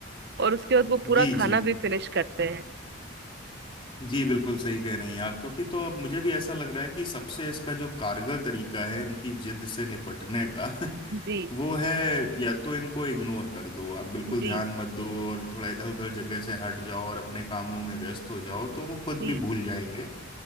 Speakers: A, on the right (about 60°); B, on the left (about 30°).
A: और उसके बाद वो पूरा
B: जी
A: खाना
B: जी
A: भी फिनिश करते हैं
B: जी बिल्कुल सही कह रही हैं आप क्योंकि तो अब मुझे भी ऐसा लग रहा है कि सबसे इसका जो कारगर तरीका है इनकी जिद से निपटने का <laughs>
A: जी
B: वो है या तो इनको इग्नोर कर दो आप बिल्कुल
A: जी
B: ध्यान मत दो और थोड़ा इधर उधर जगह से हट जाओ और अपने कामों में व्यस्त हो जाओ तो वो खुद
A: जी
B: भी भूल जाएंगे